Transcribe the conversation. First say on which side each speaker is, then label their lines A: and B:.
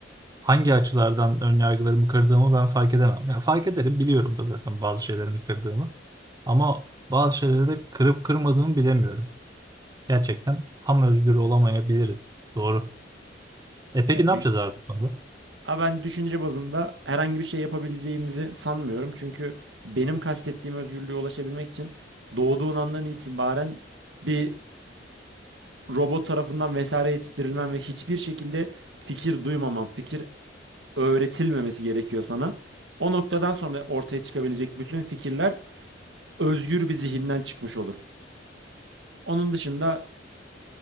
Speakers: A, on the right (about 20°); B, on the right (about 75°).
A: hangi açılardan ön yargılarımı kırdığımı ben fark edemem. Yani fark ederim, biliyorum da zaten bazı şeylerini kırdığımı. Ama bazı şeyleri de kırıp kırmadığımı bilemiyorum. Gerçekten tam özgür olamayabiliriz. Doğru. E peki
B: Ya dü-
A: ne yapacağız abi bu konuda?
B: Ama ben düşünce bazında herhangi bir şey yapabileceğimizi sanmıyorum. Çünkü benim kastettiğim özgürlüğe ulaşabilmek için doğduğun andan itibaren bir robot tarafından vesaire yetiştirilmen ve hiçbir şekilde fikir duymaman, fikir öğretilmemesi gerekiyor sana. O noktadan sonra ortaya çıkabilecek bütün fikirler özgür bir zihinden çıkmış olur. Onun dışında